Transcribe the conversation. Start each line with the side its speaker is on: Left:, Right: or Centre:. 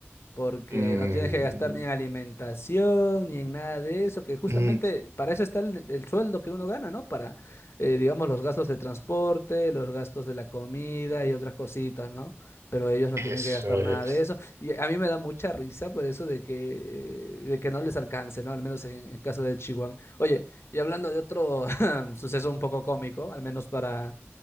Left: porque
Right: Mm,
Left: no tienes que gastar ni en alimentación, ni en nada de eso, que justamente
Right: mm,
Left: para eso está el, el sueldo que uno gana, ¿no? Para, eh, digamos, los gastos de transporte, los gastos de la comida y otras cositas, ¿no? Pero ellos no
Right: eso
Left: tienen que gastar nada
Right: es.
Left: de eso. Y a mí me da mucha risa por eso de que, eh, de que no les alcance, ¿no? Al menos en el caso de Chihuahua. Oye, y hablando de otro <laughs> suceso un poco cómico, al menos para,